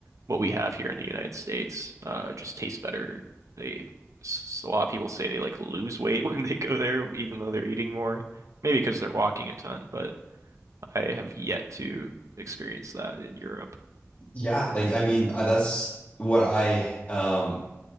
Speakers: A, on the right; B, on the left.
A: what we have here in the United States. Uh, it just tastes better. They s- a lot of people say they like lose weight <laughs> when they go there, even though they're eating more. Maybe because they're walking a ton, but I have yet to experience that in Europe.
B: yeah like I mean uh, that's what I um